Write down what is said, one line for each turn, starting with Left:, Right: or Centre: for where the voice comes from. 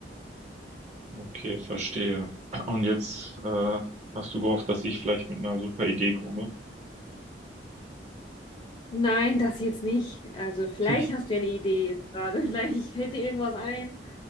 Right: Okay, verstehe. Und jetzt äh, hast du gehofft, dass ich vielleicht mit einer super Idee komme.
Left: Nein, das jetzt nicht. Also vielleicht
Right: <laughs>
Left: hast du ja eine Idee jetzt gerade. <laughs> Vielleicht fällt dir irgendwas ein.